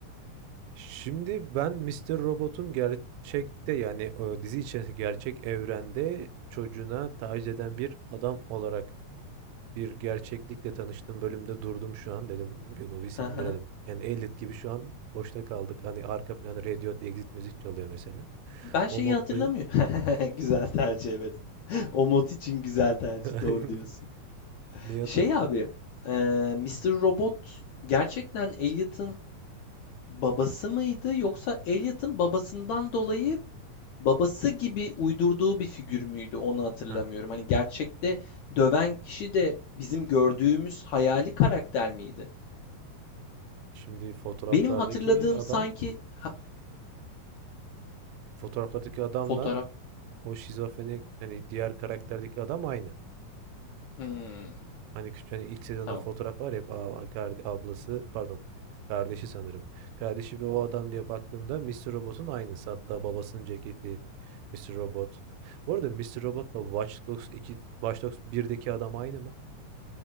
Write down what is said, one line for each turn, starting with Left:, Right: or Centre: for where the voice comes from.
Right: Şimdi ben Mister Robot'un gerçekte, yani, eee, dizi içerisindeki gerçek evrende çocuğuna taciz eden bir adam olarak bir gerçeklikle tanıştığım bölümde durdum şu an. Dedim bunu bir sindirelim.
Left: Haha.
Right: Yani Elliot gibi şu an boşta kaldık. Hani arka planı Radiohead Exit müzik çalıyor mesela.
Left: Ben şeyi
Right: O moddayım.
Left: hatırlamıyorum. <laughs> Güzel tercih evet. O mod için güzel tercih.
Right: <laughs>
Left: Doğru diyorsun.
Right: Neyi hatırlıyorsun?
Left: Şey abi eee Mr. Robot gerçekten Elliot'ın babası mıydı yoksa Elliot'ın babasından dolayı babası gibi uydurduğu bir figür müydü onu hatırlamıyorum.
Right: Heh.
Left: Hani gerçekte döven kişi de bizim gördüğümüz hayali karakter miydi?
Right: Şimdi fotoğraflardaki
Left: Benim hatırladığım
Right: adam,
Left: sanki Ha,
Right: fotoğraflardaki adamla
Left: fotoğraf.
Right: o şizofreni hani diğer karakterdeki adam aynı.
Left: Hmm,
Right: Hani küçük hani ilk sezonda
Left: tamam.
Right: fotoğraf var ya hep a a karde ablası pardon, kardeşi sanırım. Kardeşi ve o adam diye baktığımda Mr. Robot'un aynısı. Hatta babasının ceketi Mr. Robot. Bu arada Mr. Robot'la Watch Dogs 2, Watch Dogs birdeki adam aynı mı?